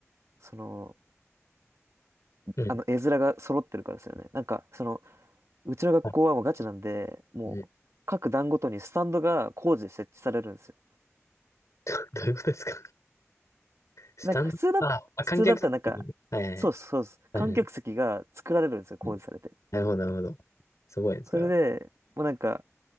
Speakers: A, on the right; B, on the left.
A: その、
B: うん。
A: あの、絵面が揃ってるからですよね。なんか、その、うちの学校はもうガチなんで、
B: はい。
A: もう、
B: うん。
A: 各段ごとにスタンドが工事で設置されるんですよ
B: <laughs> どういうことですかスタンド、
A: なんか普通だ、
B: あ、
A: 普通だったらなんか、
B: あ、観客席はい、
A: そうですそうです。
B: はい、
A: 観客席が作られるんですよ、
B: はい。はいはい
A: 工事されて。
B: うんなるほど、なるほど。すごいですよ。
A: それで、もうなんか、